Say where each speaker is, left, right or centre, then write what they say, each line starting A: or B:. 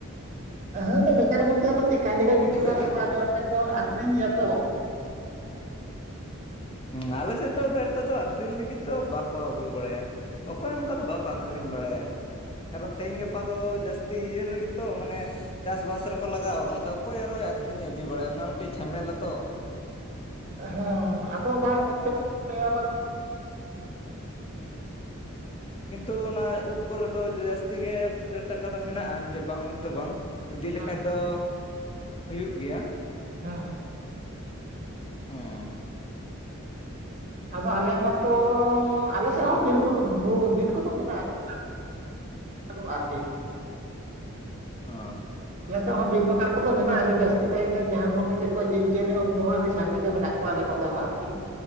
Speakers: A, on the right (about 35°); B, on the left (about 25°).
A: ᱦᱟᱸ ᱟᱫᱚ ᱵᱮᱠᱟᱨ ᱵᱚᱞᱛᱮ ᱟᱫᱚ ᱪᱮᱫᱠᱟ ᱱᱤᱡᱮ ᱠᱤᱪᱷᱩ
B: ᱞᱟᱹᱭ
A: ᱜᱟᱱ
B: ᱵᱮᱱ
A: ᱟᱹᱰᱤ ᱦᱚᱲ ᱴᱷᱮᱜ ᱠᱚ ᱟᱠᱷᱨᱤᱧ ᱜᱮᱭᱟ ᱛᱚ ᱾
B: ᱦᱮᱸ ᱟᱞᱮᱥᱮᱫ ᱫᱚ ᱩᱱᱟᱹᱜ ᱮᱠᱴᱟ ᱫᱚ ᱟᱠᱷᱨᱤᱧ ᱞᱟᱹᱜᱤᱫ ᱫᱚ ᱵᱟᱠᱚ ᱟᱹᱜᱩ ᱵᱟᱲᱟᱭᱟ ᱾ ᱚᱠᱚᱭ ᱦᱚᱸ ᱚᱱᱠᱟᱫᱚ ᱵᱟᱠᱚ ᱟᱹᱠᱷᱨᱤᱧ ᱵᱟᱲᱟᱭᱟ ᱾ ᱠᱟᱨᱚᱱ ᱛᱮᱦᱮᱧ ᱜᱟᱯᱟ ᱫᱚ ᱡᱟᱹᱥᱛᱤ ᱤᱭᱟᱹ ᱨᱮᱜᱮᱛᱚ ᱢᱟᱱᱮ ᱪᱟᱥᱵᱟᱥ ᱨᱮᱠᱚ ᱞᱟᱜᱟᱣ ᱠᱟᱱᱟ ᱾ ᱛᱚ ᱚᱠᱚᱭ ᱟᱨᱦᱟᱭ ᱟᱠᱷᱨᱤ ᱤᱫᱤ ᱵᱟᱲᱟᱭᱟ ᱚᱱᱟ ᱢᱤᱫᱴᱤᱡ ᱡᱷᱟᱢᱮᱞᱟᱛᱚ ᱾
A: ᱦᱮᱸ ᱟᱫᱚ ᱵᱟᱝ ᱯᱷᱚᱴᱠᱟ ᱠᱚᱫᱚ ᱞᱟᱹ <unintelligible> ᱵᱟᱝ
B: <inaudible> ᱠᱤᱱᱛᱩ ᱚᱱᱟ ᱩᱫᱽ ᱠᱚᱨᱮ ᱫᱚ ᱡᱟᱹᱥᱛᱤ ᱜᱮ ᱴᱟᱠᱟ ᱫᱚ ᱢᱮᱱᱟᱜᱼᱟ ᱡᱮ ᱵᱟᱝ ᱢᱮᱱᱛᱮ ᱵᱟᱝ ᱾ ᱤᱫᱤ
A: ᱦᱮᱸ
B: ᱞᱮᱠᱟᱡ
A: ᱦᱮᱸ
B: ᱫᱚ ᱦᱩᱭᱩᱜ ᱜᱮᱭᱟ ᱾
A: ᱦᱮᱸ‌᱾
B: ᱦᱚᱸ᱾
A: ᱟᱫᱚ ᱟᱞᱮ ᱢᱟᱛᱚ ᱟᱞᱮ ᱥᱮᱫ ᱦᱚᱸ ᱵᱤᱨ ᱵᱩᱨᱩ ᱵᱩ ᱵᱤᱨ ᱠᱚᱫᱚ ᱢᱮᱱᱟᱜᱼᱟ, ᱠᱤᱱᱛᱩ ᱟᱞᱮ ᱥᱮᱫ <unintelligible> ᱟᱨᱠᱤ ᱾
B: ᱚ᱾
A: ᱪᱮᱥᱮᱫ ᱦᱚᱸ ᱵᱤᱨ ᱯᱟᱠᱟᱲ ᱠᱚᱫᱚ ᱢᱮᱱᱟᱜᱼᱟ ᱟᱹᱰᱤ ᱡᱟᱹᱥᱛᱤ ᱠᱟᱭ ᱜᱮ ᱡᱟᱦᱟᱸ ᱵᱚᱱ ᱞᱟᱹᱭ ᱠᱮᱫ ᱠᱚ ᱡᱤᱵᱽᱼᱡᱤᱭᱟᱹᱞᱤ ᱩᱱᱠᱩ ᱦᱚᱸ ᱟᱹᱰᱤ ᱥᱟᱸᱜᱮ ᱜᱮ ᱢᱮᱱᱟᱜ ᱠᱚᱣᱟ ᱟᱞᱮ ᱱᱚᱛᱮ ᱦᱚᱸ ᱟᱨᱠᱤ᱾